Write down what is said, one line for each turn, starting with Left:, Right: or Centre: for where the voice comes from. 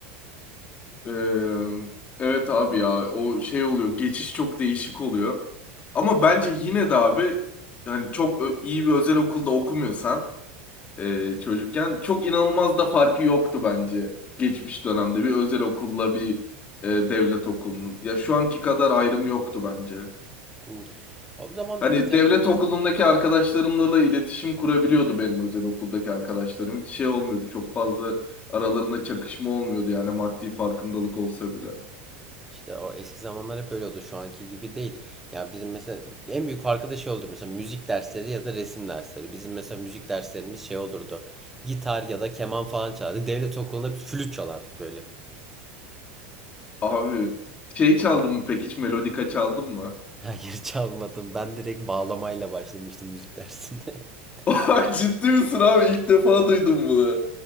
Left: Ee, evet abi ya o şey oluyor. Geçiş çok değişik oluyor. Ama bence yine de abi yani çok ö- iyi bir özel okulda okumuyorsan e, çocukken çok inanılmaz da farkı yoktu bence. Geçmiş dönemde bir özel okulla bir e, devlet okulunun. Ya şu anki kadar ayrımı yoktu bence.
Centre: Hı. O zaman
Left: Hani
Centre: mesela
Left: devlet okulundaki arkadaşlarımla da iletişim kurabiliyordu benim özel okuldaki arkadaşlarım. Hiç şey olmuyordu. Çok fazla aralarında çakışma olmuyordu yani maddi farkındalık olsa bile.
Centre: İşte o eski zamanlar hep öyle oldu. Şu anki gibi değil. Ya bizim mesela en büyük farkı da şey oldu. Mesela müzik dersleri ya da resim dersleri. Bizim mesela müzik derslerimiz şey olurdu. Gitar ya da keman falan çalardık. Devlet okulunda biz flüt çalardık böyle.
Left: Abi şey çaldın mı peki hiç melodika çaldın mı?
Centre: <laughs> Hayır çalmadım. Ben direkt bağlamayla başlamıştım müzik dersinde. <laughs>
Left: <laughs> Ay, Ciddi misin abi? İlk defa duydum bunu.